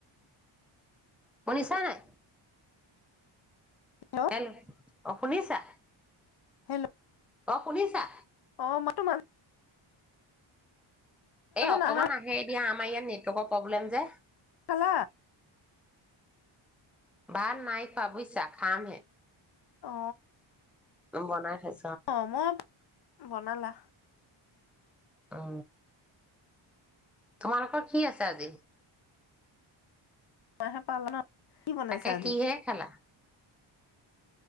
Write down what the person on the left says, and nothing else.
হেল্ল'
হেল্ল'
অ মাতো মান
নাহা
সোলা
অ।
অ মই বনালা?
<unintelligible> পাল ন কি বনাইছা
আজি?